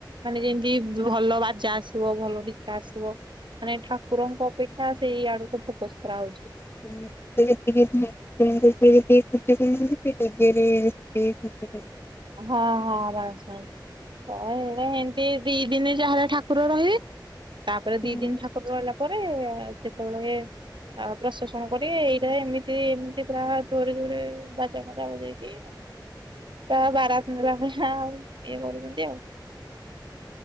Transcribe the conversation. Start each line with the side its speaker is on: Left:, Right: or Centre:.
Right: ମାନେ ଯେମିତି ଭଲ ବାଜା ଆସିବ ଭଲ ନିଜା ଆସିବ ମାନେ ଠାକୁରଙ୍କ ଅପେକ୍ଷା ହଁ ସେଇ ଆଡକୁ ଫୋକସ କରାହଉଛି।
Left: ଯେତିକି ତମ ଯେତିକି ଖର୍ଚ୍ଚ କରୁନାହାନ୍ତି ତା ଦେହରେ ସେ ଖର୍ଚ୍ଚ
Right: ହଁ ହଁ ବାସ୍ ବାସ୍। ହ ଏୟା ଏମତି ଦି ଦିନ ଯାହାର ଠାକୁର ରହିବେ। ତାପରେ
Left: ହୁଁ
Right: ଦି ଦିନ ଠାକୁର ରହିଲା ପରେ ଆ ଯେତେବେଳେ ଆଉ ପ୍ରଶାସନ କରି ଏଇଟା ଏମିତି ଏମିତି ପୁରା ଜୋରେ ଜୋରେ ବାଜା ଫାଜା ବଜେଇକି <unintelligible> ଇଏ କରୁଛନ୍ତି ଆଉ।